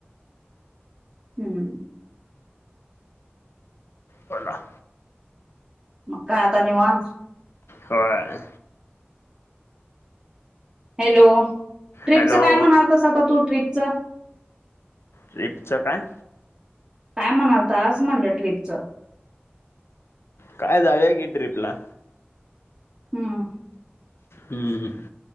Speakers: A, on the right; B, on the left.
A: हम्म
B: बोला.
A: मग काय आता निवांत.
B: होय
A: हॅलो ट्रीपचं
B: हॅलो
A: काय म्हणालतास आता तू ट्रीप चं.
B: ट्रीप चं काय?
A: काय म्हणालतास म्हटलं ट्रीपचं.
B: कायं जाऊंया की ट्रिपला.
A: हम्मं
B: हम्मं